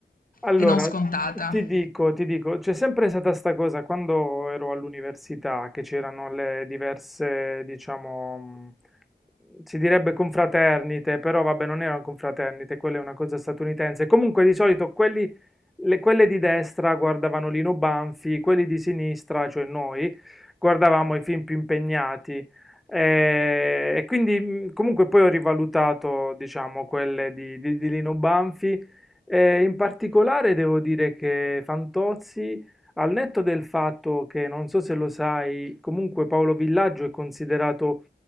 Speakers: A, in the centre; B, on the left.
A: Allora,
B: e non scontata.
A: ti dico, ti dico, c'è sempre stata sta cosa quando ero all'università, che c'erano le diverse, diciamo, mh, si direbbe confraternite, però vabbè, non erano confraternite, quella è una cosa statunitense. Comunque di solito quelli, le- quelle di destra guardavano Lino Banfi, quelli di sinistra, cioè noi, guardavamo i film più impegnati. eh, E, quindi mh, comunque poi ho rivalutato, diciamo, quelle di di- di Lino Banfi. E in particolare devo dire che Fantozzi, al netto del fatto che, non so se lo sai, comunque Paolo Villaggio è considerato